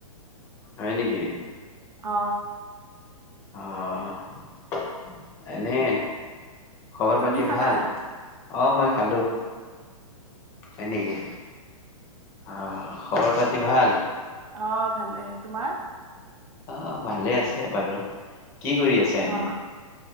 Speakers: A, on the left; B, on the right.
A: হয় নেকি।
B: অ
A: অ এনে খবৰ
B: তুমি
A: পাতি
B: খালা
A: ভাল? অ মই খালো। হয় নেকি। অ খবৰ পাতি ভাল?
B: অ ভালে। তোমাৰ?
A: অ ভালে আছে বাৰু। কি কৰি আছে এনে?
B: অ